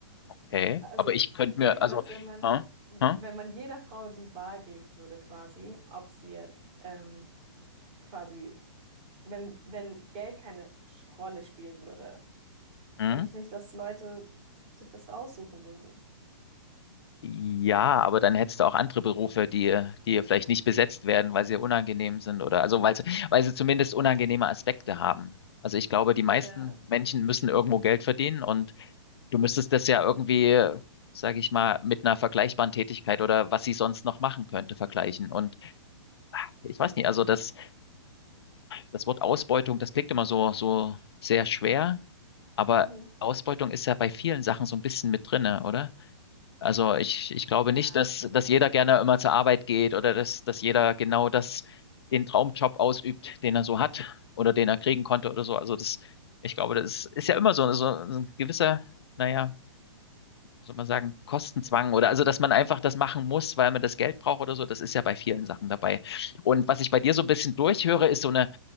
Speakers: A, on the left; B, on the right.
A: Okay,
B: Also
A: aber ich könnte
B: ich denke,
A: mir, also,
B: dass wenn man,
A: hm, hm,
B: wenn man jeder Frau die Wahl geben würde, quasi, ob sie jetzt ähm, quasi wenn, wenn Geld keine Sch- Rolle spielen würde,
A: hm.
B: denke ich nicht, dass Leute sich das raussuchen würden.
A: Ja, aber dann hättest du auch andere Berufe, die, die vielleicht nicht besetzt werden, weil sie unangenehm sind oder also weil sie, weil sie zumindest unangenehme Aspekte haben. Also ich glaube, die meisten
B: Ja.
A: Menschen müssen irgendwo Geld verdienen und Du müsstest das ja irgendwie, sage ich mal, mit einer vergleichbaren Tätigkeit oder was sie sonst noch machen könnte, vergleichen. Und ich weiß nicht, also das, das Wort Ausbeutung, das klingt immer so, so sehr schwer, aber
B: Mhm.
A: Ausbeutung ist ja bei vielen Sachen so ein bisschen mit drinne, oder? Also ich, ich glaube
B: Ja.
A: nicht, dass, dass jeder gerne immer zur Arbeit geht oder dass, dass jeder genau das, den Traumjob ausübt, den er so hat oder den er kriegen konnte oder so. Also das, ich glaube, das ist, ist ja immer so, so ein gewisser, naja, soll man sagen, Kostenzwang oder also, dass man einfach das machen muss, weil man das Geld braucht oder so, das ist ja bei vielen Sachen dabei. Und was ich bei dir so ein bisschen durchhöre, ist so eine